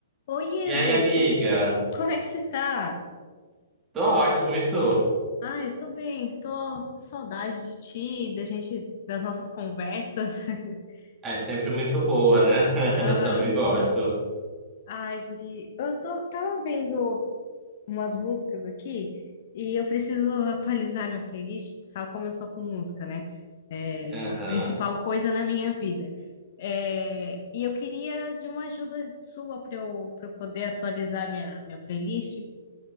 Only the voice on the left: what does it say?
Oi,
Evo,
com- como é que você tá?
Ah, eu tô bem, tô com saudade de ti, da gente, das nossas conversas. <laughs>
Aham.
Ai, Guri, eu tô, tava vendo umas músicas aqui e eu preciso atualizar minha playlist, tu sabe como eu sou com música, né? É
a principal coisa na minha vida. É, e eu queria de uma ajuda sua para eu, para eu poder atualizar minha, minha playlist.